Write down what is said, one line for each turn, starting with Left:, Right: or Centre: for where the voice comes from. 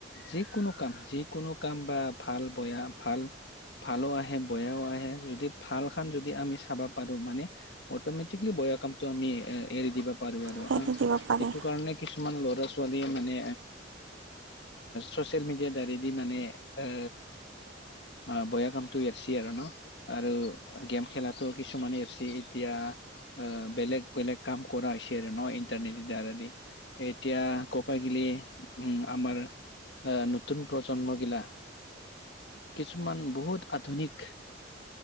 Left: যিকোনো কাম যিকোনো কাম বা ভাল বয়া ভাল ভালো আহে বেয়াও আহে য যদি ভাল খান যদি আমি চাব পাৰো মানে অটমেটিকেলি বয়া কামটো আমি এ এৰি দিব পাৰিবি আৰু
Right: সেইটো
Left: হা
Right: দিব পাৰে
Left: এইটো কাৰণে কিছুমান ল'ৰা ছোৱালীয়ে মানে চচিয়েল মিডিয়াৰ দ্বাৰি দি মানে এ অ' বেয়া কামটো এৰিছে আৰু ন। আৰু গেম খেলাতো কিছুমানে এৰছে এতিয়া। বেলেগ বেলেগ কাম কৰা হৈছে আৰু ন ইণ্টাৰনেট দি দাৰাদি। এতিয়া ক'প গিলি উম, আমাৰ। আহ নতুন প্ৰজন্ম গিলা। কিছুমান বহুত আধুনিক।